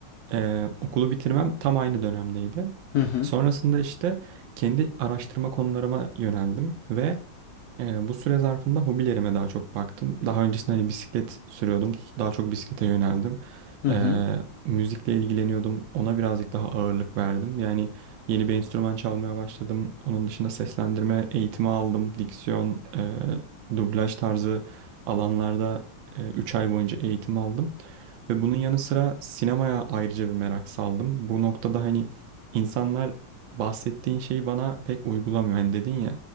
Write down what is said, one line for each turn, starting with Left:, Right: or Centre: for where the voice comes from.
Right: e, okulu bitirmem tam aynı dönemdeydi.
Left: Hı hı.
Right: Sonrasında işte kendi araştırma konularıma yöneldim ve ee, bu süre zarfında hobilerime daha çok baktım. Daha öncesinde hani bisiklet sürüyordum. Daha çok bisiklete yöneldim.
Left: Hı hı.
Right: Ee, müzikle ilgileniyordum. Ona birazcık daha ağırlık verdim. Yani yeni bir enstrüman çalmaya başladım. Onun dışında seslendirme eğitimi aldım. Diksiyon, e, dublaj tarzı alanlarda e, 3 ay boyunca eğitim aldım. Ve bunun yanı sıra sinemaya ayrıca bir merak saldım. Bu noktada hani insanlar bahsettiğin şeyi bana pek uygulamıyor. Hani dedin ya